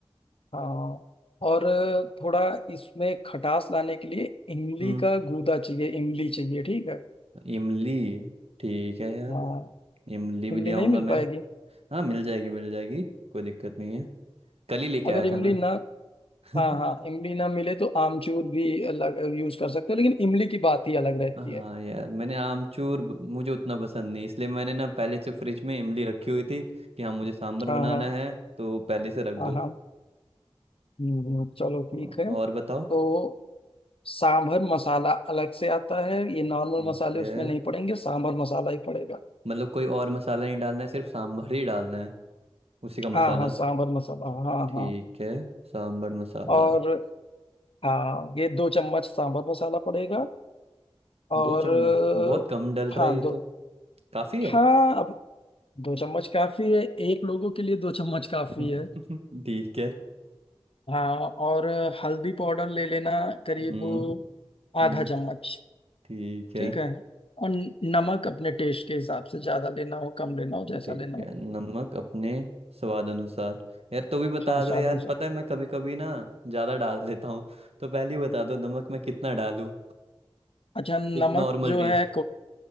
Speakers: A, on the left (about 65°); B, on the right (about 75°).
A: हाँ और थोड़ा इसमें खटास लाने के लिए इमली
B: हम्म
A: का गूदा चाहिए इमली चाहिए ठीक है
B: इमली ठीक है यार
A: हाँ
B: इमली भी
A: इमली
B: ले
A: नहीं
B: आऊंगा
A: मिल
B: मैं
A: पाएगी
B: हाँ मिल जाएगी मिल जाएगी कोई दिक्कत नहीं है कल ही लेके
A: अगर
B: आया
A: इमली
B: था मैं
A: ना
B: <laughs>
A: हाँ हाँ इमली ना मिले तो आमचूर भी अलग यूज कर सकते हो लेकिन इमली की बात ही अलग रहती
B: हाँ
A: है
B: यार मैंने आमचूर ब- मुझे उतना पसंद नहीं इसलिए मैंने ना पहले से फ्रिज में इमली रखी हुई थी कि हाँ मुझे सांभर
A: हाँ
B: बनाना
A: हाँ
B: है तो पहले से रख दो
A: हाँ हाँ हम्म, चलो
B: औ-
A: ठीक है
B: और बताओ
A: तो सांभर मसाला अलग से आता है ये नॉर्मल
B: ठीक
A: मसाले
B: है
A: उसमें नहीं पड़ेंगे सांभर मसाला ही पड़ेगा
B: मतलब कोई और मसाला नहीं डालना है सिर्फ सांभर ही डालना है उसी का मसाला
A: हाँ हाँ सांभर मसाला हाँ
B: ठीक
A: हाँ
B: है सांभर मसाला
A: और हाँ ये दो चम्मच सांभर मसाला पड़ेगा और
B: दो चम्मच
A: अ,
B: बहुत कम डल रहा
A: हाँ
B: है ये
A: दो
B: तो काफी
A: हाँ
B: है
A: अब दो चम्मच काफी है एक लोगों के लिए दो चम्मच काफी
B: <laughs>
A: है
B: ठीक है
A: हाँ और अ, हल्दी पाउडर ले लेना करीब
B: हम्म हम्म
A: आधा चम्मच
B: ठीक है
A: ठीक है और न- नमक अपने टेस्ट के हिसाब से ज्यादा लेना हो कम लेना हो जैसा
B: ठीक
A: लेना
B: है
A: हो
B: नमक अपने स्वाद अनुसार यार तो भी बता
A: हाँ
B: दो
A: स्वाद
B: यार
A: अनुसार
B: पता है मैं कभी कभी ना ज्यादा डाल देता हूँ तो पहले ही बता दो नमक मैं कितना डालूं
A: अच्छा नमक
B: एक नॉर्मल
A: जो
B: टेस्ट
A: है